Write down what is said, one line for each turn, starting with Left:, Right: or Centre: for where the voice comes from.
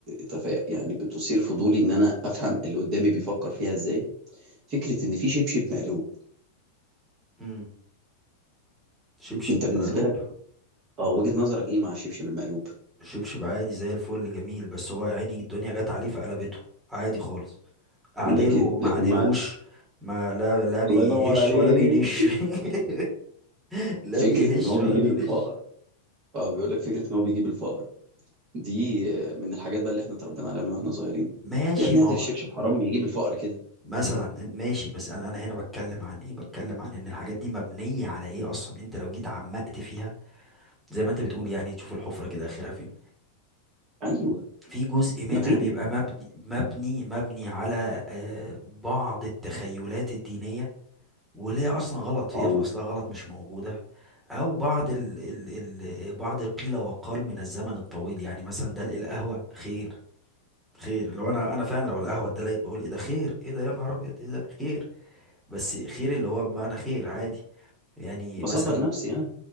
Right: تفا- يعني بتثير فضولي ان انا افهم اللي قدامي بيفكر فيها ازاي فكره ان في شبشب مقلوب
Centre: مم. شبشب
Right: انت بالنسبه
Centre: مقلوب
Right: لك اه وجهه نظرك ايه مع الشبشب المقلوب
Centre: شبشب عادي زي الفل جميل بس هو يا عيني الدنيا جت عليه فقلبته عادي خالص اعدله
Right: لكن
Centre: ما
Right: لكن
Centre: عدلوش
Right: مع
Centre: ما لا لا بيهش
Right: الله ينور عليك
Centre: ولا بينش <laughs> لا
Right: فكره
Centre: بيهش
Right: ان هو
Centre: ولا
Right: بيجيب
Centre: بينش
Right: الفقر اه بيقول لك فكره ان هو بيجيب الفقر دي آه، من الحاجات بقى اللي احنا اتربينا عليها من واحنا صغيرين
Centre: ماشي
Right: يا ابني
Centre: ما
Right: هادر
Centre: هو
Right: الشبشب حرام بيجيب الفقر كده
Centre: مثلا ماشي بس انا انا هنا بتكلم عن ايه بتكلم عن ان الحاجات دي مبنية على ايه اصلا انت لو جيت عمقت فيها زي ما انت بتقول يعني تشوف الحفرة كده اخرها فين
Right: ايوه
Centre: في جزء منها
Right: مفيش
Centre: بيبقى مبني مبني مبني على آه، بعض التخيلات الدينية واللي هي اصلا غلط
Right: اه
Centre: هي في اصلها غلط مش موجوده او بعض ال ال ال بعض القيل والقال من الزمن الطويل يعني مثلا دلق القهوه خير خير لو انا انا فعلا لو القهوه اتدلقت بقول ايه ده خير ايه ده يا نهار ابيض ايه ده خير بس خير اللي هو بمعنى خير عادي يعني
Right: بصبر
Centre: مثلا
Right: نفسي يعني